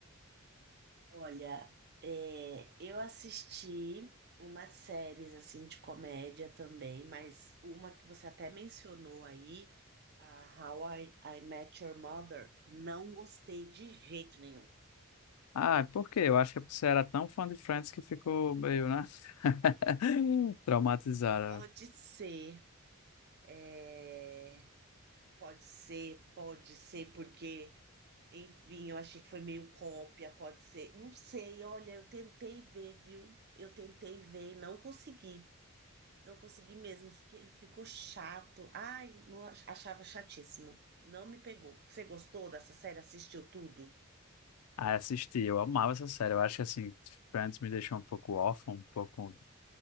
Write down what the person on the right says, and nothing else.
Olha, é, eu assisti umas séries assim de comédia também, mas uma que você até mencionou aí, a How I, I Met Your Mother, não gostei de jeito nenhum.
Pode ser, é, pode ser, pode ser, porque, enfim, eu achei que foi meio cópia, pode ser, não sei, olha, eu tentei ver, viu? Eu tentei ver e não consegui. Não consegui mesmo, fiquei- ficou chato. Ai, não ach- achava chatíssimo. Não me pegou. Você gostou dessa série? Assistiu tudo?